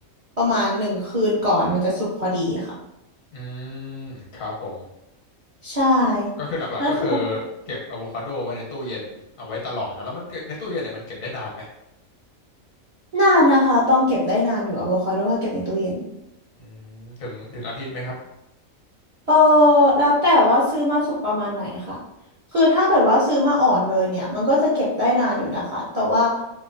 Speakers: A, on the right (about 50°); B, on the left (about 75°).
A: ประมาณหนึ่งคืนก่อนมันจะสุกพอดีค่ะ
B: อืมครับผม
A: ใช่
B: ก็คือหลักๆก็คือ
A: นั่นคือ
B: เก็บอะโวคาโดไว้ในตู้เย็นเอาไว้ตลอดเนาะแล้วมันในตู้เย็นเนี่ยมันเก็บได้นานไหม
A: นานนะคะต้องเก็บได้นานอยู่อะโวคาโดถ้าเก็บในตู้เย็น
B: อืมถึงถึงอาทิตย์ไหมครับ
A: เออแล้วแต่ว่าซื้อมาสุกประมาณไหนค่ะคือถ้าเกิดว่าซื้อมาอ่อนเลยเนี่ยมันก็จะเก็บได้นานอยู่นะคะแต่ว่า